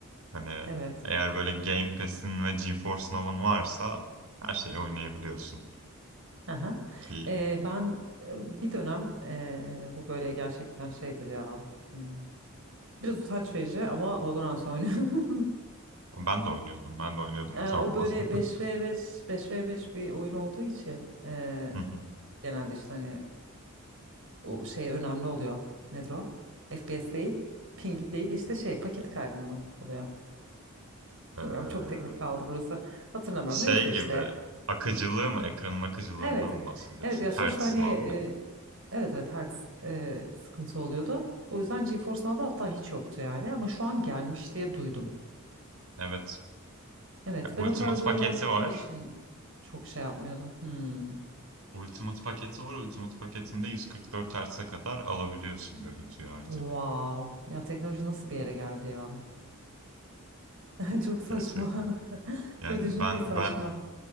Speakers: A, on the right (about 80°); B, on the right (about 65°).
A: Hani
B: Evet.
A: eğer böyle Game Pass'in ve GeForce Now'ın varsa her şeyi oynayabiliyorsun.
B: Aha.
A: Ki
B: Ee, ben e, bir dönem e, bu böyle gerçekten şeydir ya. hmm, Biraz utanç verici ama Valorant oynuyorum. <laughs>
A: Ben de oynuyordum. Ben de oynuyordum
B: Ee,
A: utanma.
B: o böyle beş
A: <laughs>
B: v beş beş v beş bir oyun olduğu için e,
A: Hı hı.
B: genelde işte hani o şey önemli oluyor. Nedir o? FPS değil, ping değil işte şey paket kaybı mı oluyor?
A: Ee,
B: Bilmiyorum çok teknik kaldı burası. Hatırlamıyorum.
A: şey
B: Neyse işte
A: gibi akıcılığı mı? Ekranın akıcılığından
B: Evet.
A: mı bahsediyorsun?
B: Evet ya
A: Hertz
B: sonuçta hani
A: muhabbeti.
B: e, evet evet her e, sıkıntı oluyordu. O yüzden GeForce Now'da hatta hiç yoktu yani ama şu an gelmiş diye duydum.
A: Evet.
B: Evet
A: Ya, Ultimate
B: ben o tarz oyun
A: paketi
B: oynadığım
A: var.
B: için çok şey yapmıyordum. Hmm.
A: Ultimate paketi var. Ultimate paketinde 144 Hz'e kadar alabiliyorsun görüntüyü artık.
B: Wow. Ya teknoloji nasıl bir yere geldi ya? <laughs> Çok saçma.
A: Gerçekten.
B: <laughs>
A: Yani
B: Böyle düşününce
A: ben
B: saçma.
A: ben